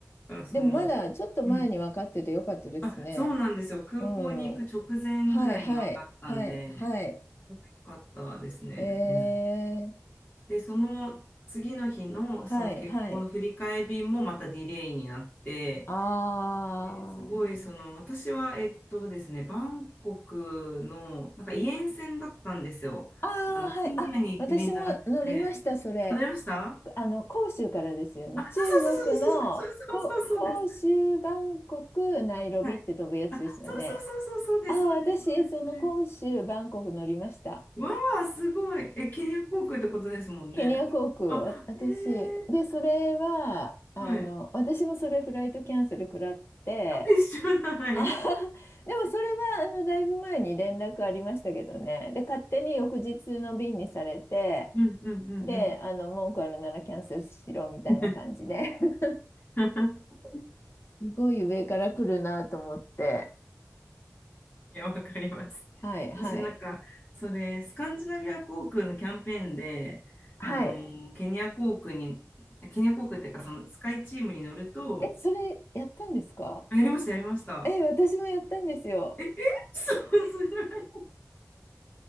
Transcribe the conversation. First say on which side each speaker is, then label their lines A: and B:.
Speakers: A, on the left; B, on the left.
A: からその、
B: でもまだちょっと前に分かっててよかったですね。
A: うんあ、そうなんですよ。空港に行く直前ぐらいに分かったんで、
B: うん。はいはいはいはい。
A: よかったですね。
B: えー、
A: うん、で、その次の日のその結婚の振り替え便もまたディレイになって、
B: はいはい。あ
A: ですごいその私は、えっとですね、バンコクのなんかイエン線だったんですよ。
B: ああ、
A: あのケニアに行く便じゃなくて、
B: はい。あ、私も乗りました、それ。
A: わかりました
B: あの、広州からですよね。
A: あ、そうそうそうそうそうそうそうそうそうそうです。
B: 中国の、こ、広州、バンコク、ナイロビって飛ぶやつですよね。
A: はい。あ、そうそうそうそうそうです、
B: ああ、
A: そうです、
B: 私、
A: そうです、
B: その広州、
A: それ
B: バンコク乗りました。
A: わあ、すごい。え、ケニア航空ってことですもんね。
B: ケニア航空、
A: あ、
B: わ私。
A: え
B: で、それは、あの、
A: ー、はい。
B: 私もそれフライトキャンセル食らって、
A: あ、一緒だ。はい。
B: あ <laughs> でもそれは、あの、だいぶ前に連絡ありましたけどね。で、勝手に翌日の便にされて、
A: うんうんうん
B: で、あの、文句あるならキャンセルしろみたいな感じで
A: う
B: <laughs>
A: ん。<laughs>
B: すごい上から来るなと思って。
A: いや、わかります。
B: はい、はい。
A: 私なんか、それ、スカンジナビア航空のキャンペーンで、
B: はい。
A: あの、ケニア航空に、ケニア航空っていうか、そのスカイチームに乗ると、
B: え、え、それやったんですか
A: あ、やりました、やりました。
B: え、私もやったんですよ。
A: え、え、<laughs> そう、それ